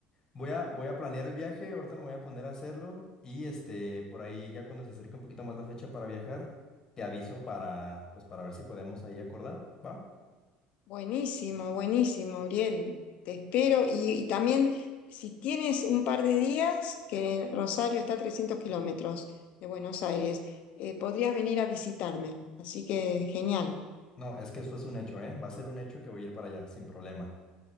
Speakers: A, on the left; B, on the left.
A: voy a, voy a planear el viaje, ahorita me voy a poner a hacerlo y este, por ahí ya cuando se acerque un poquito más la fecha para viajar, te aviso para, pues para ver si podemos ahí acordar, ¿va?
B: Buenísimo, buenísimo, Uriel. Te espero. Y, y también, si tienes un par de días, que Rosario está a 300 kilómetros de Buenos Aires, eh, podrías venir a visitarme. Así que genial,
A: No, es que eso es un hecho, ¿eh? Va a ser un hecho que voy a ir para allá, sin problema.